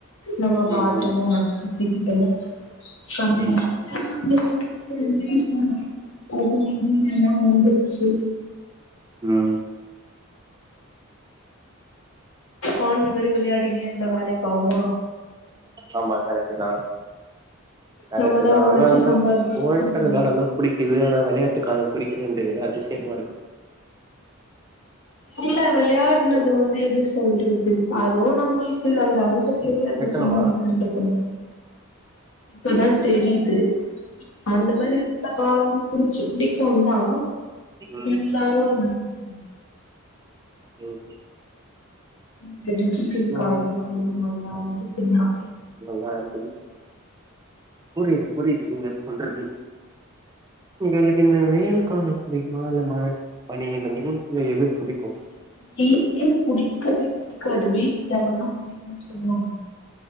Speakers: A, on the left (about 70°); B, on the right (about 15°).
A: நம்ம <unintelligible>
B: ம் ம்
A: சுத்தி கிட்டலே <unintelligible>
B: ம்
A: <inaudible> அது வந்து எல்லா வந்துச்சு
B: ம்
A: கொழந்த மாரி விளையாடின்னே இருந்தா வேலைக்கு ஆவுமா
B: ஆமா கரெக்ட்டுதா கரெக்ட்டுதா
A: நம்மதா ஒழச்சு
B: ஆனா வந்து
A: சம்பாரிச்சு
B: உழைக்கிற
A: குடுக்கணு
B: காலந்தா பிடிக்குது ஆனா விளையாட்டு காலம் புடிக்கலேன்றிகளே அதிசயமா இருக்கு
A: இல்ல விளையாடுனது வந்து எப்புடி சொல்றது அதுவு நம்ளுக்கு இல்ல அந்த அளவுக்கு தெரியாத பிரச்சன
B: வெக்கணுமா
A: <unintelligible> இப்பதா
B: ம்
A: தெரியுது அந்த மாரி இருந்த காலமும் புடிச்சு பிடிக்குந்தா
B: ம்.
A: எந்த அளவு ம்
B: ம்
A: ம் இந்த டிஜிட்டல்
B: ம்
A: <unintelligible> னா வந்து பின்ன
B: நல்லா இருக்குது புரியது புரியுது நீங்க சொல்ற பே உங்களுக்கு இந்த வெயில் காலம் <unintelligible> மழ பனி இந்த மூனுத்துல எது புடிக்
A: எனக்கு வெயிலே புடிக்கவே புடிக்காது வெயில்ல வெளாணுனா பிடிக்குனு சொல்வாங்க